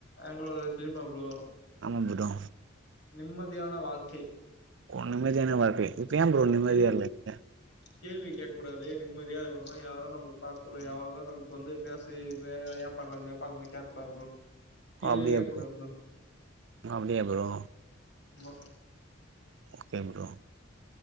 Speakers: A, on the left; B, on the right.
A: எங்களோட ட்ரீமா ப்ரோ
B: வந்துடோ
A: நிம்மதியான வாழ்க்கை
B: ஓ நிம்மதியான வாழ்க்கை யே ப்ரோ நிம்மதியா
A: கேள்வி
B: இல்லயா
A: கேள்வி கேக் கூடாது நிம்மதியா இருக்கணு யாரு நம்மள பாக்க கூடாது யாருமே நமக்கு வந்து பேசு இதுவே ஏ பண்ணல ஏ பண்ணல கேக்க கூடாது ப்ரோ கேள்வியே
B: அப்படியா
A: கேட்க
B: ப்ரோ
A: கூடாது
B: அப்படியா ப்ரோ
A: ஆமா
B: ஓகே ப்ரோ